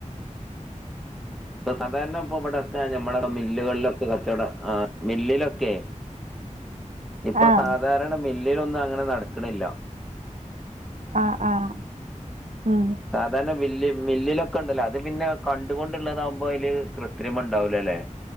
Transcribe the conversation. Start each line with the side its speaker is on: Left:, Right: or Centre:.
Centre: ഇപ്പൊ സാധാരണ ഇപ്പൊ ഇവടൊക്കെ ഞമ്മളട മിൽ ല്ലുകളിലൊക്കെ കച്ചോട ആഹ് മില്ലിലൊക്കേ ഇപ്പൊ
Right: ആഹ്
Centre: സാധാരണ മിൽ ല്ലിലൊന്നങ്ങനെ നടക്ക്ണില്ല
Right: ആഹ് ആഹ് ഉം
Centre: സാധാരണ മില്ല് മില്ലിലൊക്കെണ്ടല്ലൊ അത് പിന്നെ കണ്ടുകൊണ്ട്ള്ളതാവു മ്പയില് കൃത്രിമണ്ടാവൂലല്ലേ